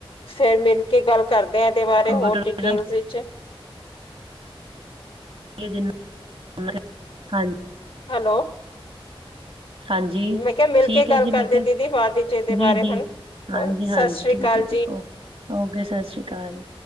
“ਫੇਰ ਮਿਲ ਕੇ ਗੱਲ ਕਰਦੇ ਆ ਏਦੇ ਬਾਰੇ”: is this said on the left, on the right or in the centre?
Left